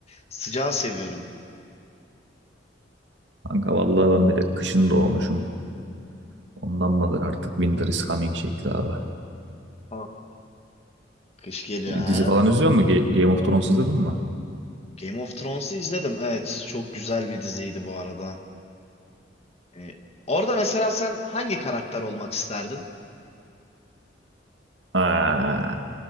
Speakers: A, on the left; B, on the right.
A: sıcağı seviyorum.
B: Kanka vallahi ben bir de kışın doğmuşum. Ondan mıdır artık Winter is Coming şekli abi.
A: Aha. Kış geliyor ha.
B: Dizi falan izliyor musun? Ge- Game of Thrones izledin mi?
A: Game of Thrones'u izledim. Evet, çok güzel bir diziydi bu arada. Yani orada mesela sen hangi karakter olmak isterdin?
B: Aa,